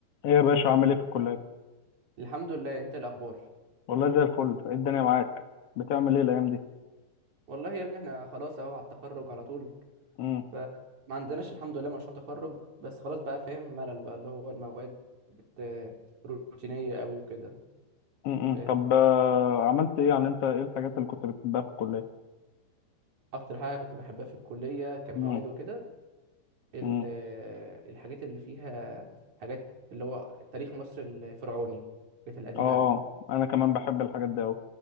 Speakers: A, on the left; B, on the right.
A: ايه يا باشا عامل ايه في الكلية؟
B: الحمد لله انت إيه الاخبار
A: والله زي الفل، ايه الدنيا معاك؟ بتعمل ايه الأيام دي؟
B: والله يا ابني احنا خلاص اهو على التخرج على طول
A: امم
B: فما عندناش الحمد لله مشروع تخرج بس خلاص بقى فاهم ملل بقى اللي هو المواد بت... روتينية قوي وكده
A: امم
B: فاهم
A: طب آه، عملت ايه يعني انت ايه الحاجات اللي كنت بتحبها في الكلية؟
B: اكتر حاجة كنت بحبها في الكلية كمواد
A: امم
B: وكده ال...
A: امم
B: الحاجات اللي فيها حاجات اللي هو تاريخ مصر الفرعوني الحاجات القديمة
A: اه
B: قوي
A: اه انا كمان بحب الحاجات دي اوي